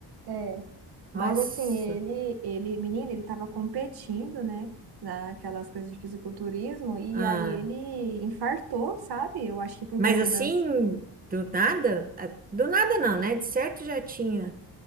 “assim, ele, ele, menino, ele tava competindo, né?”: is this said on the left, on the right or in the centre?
Right